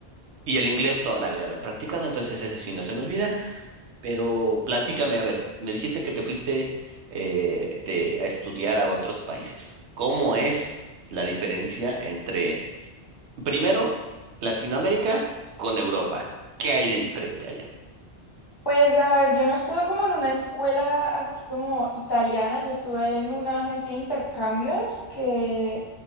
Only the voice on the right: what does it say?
Y el inglés toda la vida lo he practicado, entonces ese sí no se me olvida. Pero platícame, a ver, me dijiste que te fuiste eh, de- a estudiar a otros países. ¿Cómo es la diferencia entre Primero, Latinoamérica con Europa. ¿Qué hay de diferente allá?